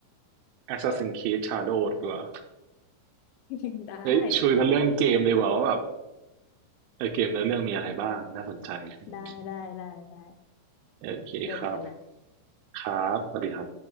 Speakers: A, on the right; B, on the left.
A: Assassin's Creed Shadow ดีกว่า
B: <laughs>
A: เฮ้ยชวนกันเรื่องเกมดีกว่าว่าแบบเออเกมเนื้อเรื่องมีอะไรบ้างน่าสนใจอะไรอย่างนี้
B: ได้ได้ได้ได้ได้
A: โอเคครับ
B: เจอกันนะ
A: ครับสวัสดีครับ